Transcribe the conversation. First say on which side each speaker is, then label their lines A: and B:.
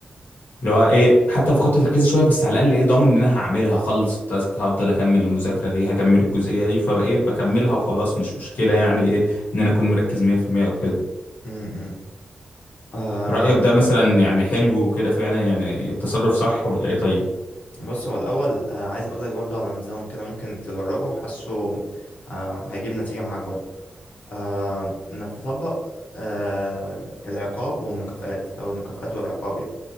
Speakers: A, on the left; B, on the left.
A: اللي هو ايه حتى لو فقدت تركيزي شويه بس على الاقل ايه ضامن ان انا هعملها هخلص التاسك هفضل اكمل المذاكره دي هكمل الجزئيه دي فبقى ايه بكملها وخلاص مش مشكله يعني ايه ان انا اكون مركز 100% او كده
B: م- م. أم،
A: رايك ده مثلا يعني حلو وكده فعلا يعني التصرف صح ولا ايه طيب
B: بص هو الأول آه، عايز أقولك برضو على نظام كده ممكن تجربه حاسه آه، هيجيب نتيجة معاك برضو آه، إنك تطبق آه، العقاب والمكافآت أو المكافآت والعقاب يعني